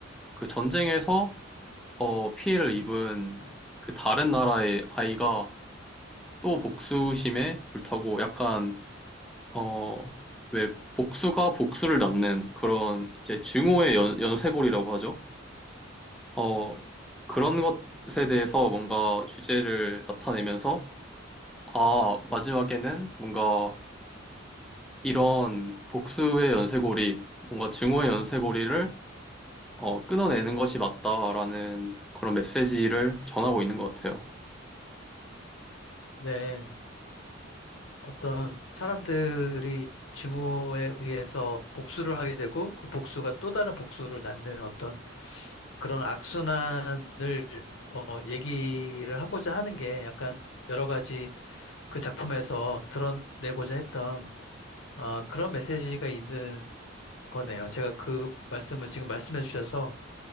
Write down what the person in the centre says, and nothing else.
그 전쟁에서 어, 피해를 입은 그 다른 나라의 아이가 또 복수심에 불타고 약간 어, 왜 복수가 복수를 낳는 그런 이제 증오의 연, 연쇄골이라고 하죠. 어, 그런 것에 대해서 뭔가 주제를 나타내면서 아, 마지막에는 뭔가 이런 복수의 연쇄골이 뭔가 증오의 연쇄골이를 어, 끊어내는 것이 맞다라는 그런 메시지를 전하고 있는 것 같아요.